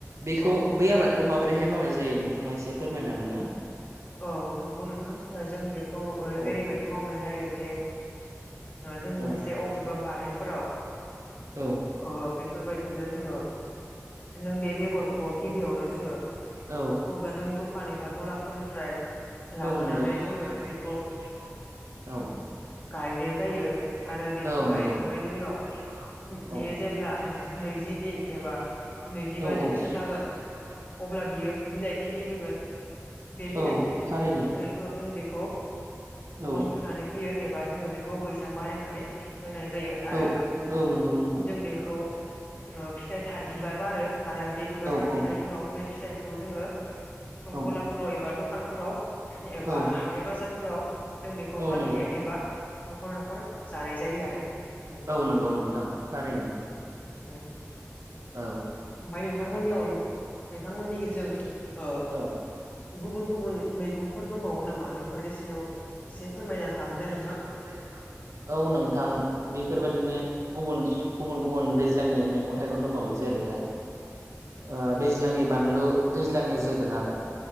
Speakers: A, on the right (about 65°); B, on the left (about 30°).
A: बेखौ
B: औ
A: बै आबादखौ माबोरैहाय मावनाय जायो नोंथाङा एसे फोरमायनो हागोन ना
B: औ नंगौ नोंथां जों बे खौ
A: औ
B: एरैबायदि मावनाय जायो जे जों मोनसे
A: औ
B: अबेबा बारिफोराव
A: औ
B: ओ बेफोरबायदिनो जोङो जों बे बेगरखौ गिबियावनो जोङो
A: औ
B: बबेबा जों दखान एबा गलाफोरनिफ्राय फ्राय लाबोनानै
A: नंगौ
B: जोङो बे
A: जोंङो बेखौ। औ- औ
B: गायनाय जायो
A: गायनाय जायो
B: आरो बेखौ
A: औ नंगौ
B: गायखांनायनि
A: जों बेखौ गायखांनायनि
B: उनाव
A: उनाव। औ
B: बेयो जेब्ला
A: बेयो जेब्ला
B: नैजि दिन
A: नैजिदिन
B: एबा
A: एबा
B: नैजिबा
A: औ
B: दिनसो
A: - नैजिबा
B: जागोन
A: दिनसो जागोन।
B: अब्ला बियो बिलाइ खिलिबोगोन बे बिलाइ
A: औ
B: खिलिखांनायनि
A: थारैनो
B: उनाव जों बेखौ।
A: औ
B: गन थुनानै होयो एबा जोङो बेखौ बैसां बानायनानै होनाय जायो आरो।
A: औ औ नंगौ नोंथां
B: जों बेखौ ओ फिथाइ था बिबार बारो आरो बे बिबार
A: औ
B: बारखांनायनि।
A: औ
B: उनाव बे फिथाइखौ जोङो
A: औ
B: गलाफोराव एबा दखानफोराव एबा
A: औ
B: हा। थाय बाजारफोराव जों बेखौ
A: औ
B: फानहैयो
A: नंगौ
B: एबा न'खर-न'खर जानाय जायो आरो। नोंथां
A: औ नंगौ नोंथां थारैनो।
B: ओम।
A: औ ओ
B: ओमफाय नोंथांमोननि अन नोंथांमोननिजों
A: औ
B: ओ। गुबुन-गुबुन मैगंफोर दंबावो नामा बेफोरनि सायाव एसे फोरमायनो हागोन ना नोंथां?
A: गोन्ना नोंथां औ नोंथां बेफोरबायदिनो गुबुन-गुबुन- गुबुन दैज्लांनि मेग। गं थाइगं। दंबावो जेरैहाय ओ दैज्लांनि बानलु, दैज्लांनि जोगोनार।